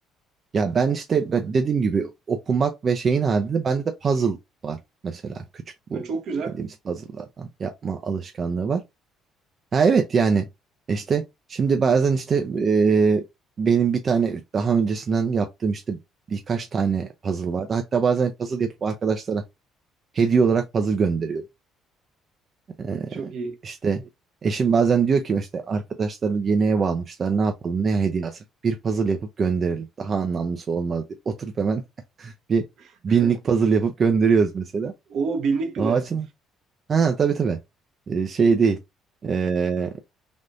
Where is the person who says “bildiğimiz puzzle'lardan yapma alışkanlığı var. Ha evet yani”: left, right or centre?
Right